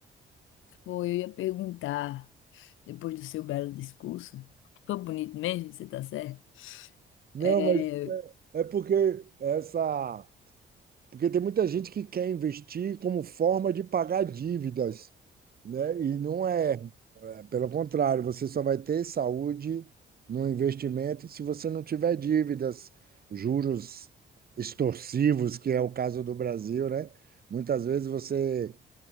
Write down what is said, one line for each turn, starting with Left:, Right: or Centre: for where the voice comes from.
Left: pô, eu ia perguntar, depois do seu belo discurso, ficou bonito mesmo, você tá certo?
Right: Não,
Left: É,
Right: mas é porque essa Porque tem muita gente que quer investir como forma de pagar dívidas, né? E não é, é, pelo contrário, você só vai ter saúde no investimento se você não tiver dívidas, juros extorsivos, que é o caso do Brasil, né? Muitas vezes você,